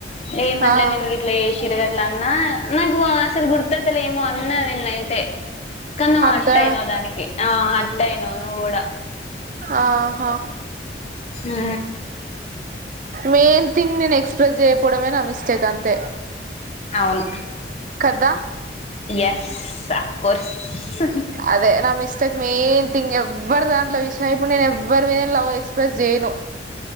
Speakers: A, on the left; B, on the right.
A: ఏమన్నాలే
B: ఆ
A: నేను లేసిరు గట్ల అన్నా నాకు అసలు గుర్తతలే ఏమో అన్నా నిన్నయితే కాని నువ్
B: అంతా
A: హట్ట అయినవ్ దానికి ఆ హట్ట అయినవ్ నువ్ కూడా
B: ఆహా
A: ఆ
B: మెయిన్ థింగ్ నేను ఎక్స్ప్రెస్ చేయపోవడమేనా నా మిస్టేక్ అంతే
A: అవును
B: కద్ద
A: ఎస్ అఫ్ కోర్స్ హుహ్
B: అదే నా మిస్టేక్ మెయిన్ థింగ్ ఎవ్వరి దాంట్లో విషయం ఇప్పుడు నేను ఎవ్వరి మీదే లవ్ ఎక్స్ప్రెస్ చేయను